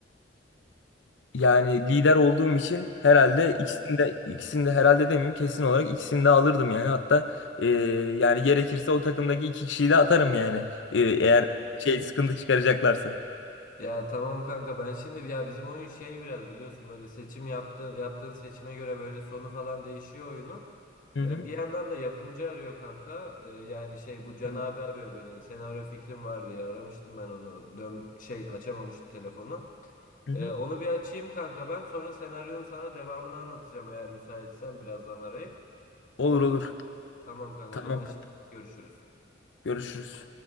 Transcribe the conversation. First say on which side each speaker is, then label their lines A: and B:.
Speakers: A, on the left (about 80°); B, on the left (about 45°).
A: yani lider olduğum için herhalde ikisini de ikisini de herhalde demeyeyim kesin olarak ikisini de alırdım yani. Hatta e, yani gerekirse o takımdaki iki kişiyi de atarım yani. E, eğer şey sıkıntı çıkaracaklarsa.
B: Ya tamam kanka ben şimdi ya bizim oyun şey biraz biliyorsun böyle seçim yaptı yaptığın seçime göre böyle sonu falan değişiyor oyunun.
A: Hı
B: Ee,
A: hı.
B: bir yandan da yapımcı arıyor kanka. Ee, yani şey bu Can
A: Tamam.
B: abi arıyor beni. Senaryo fikrim var diye aramıştım ben onu. Dön şey açamamıştı telefonu.
A: Hı
B: Ee,
A: hı.
B: onu bir açayım kanka ben. Sonra senaryonun sana devamını anlatacağım eğer müsaitsen birazdan arayıp.
A: Olur
B: Olur
A: olur.
B: mu? Tamam kanka
A: Tamam
B: o zaman şimdi
A: tamam.
B: görüşürüz.
A: Görüşürüz.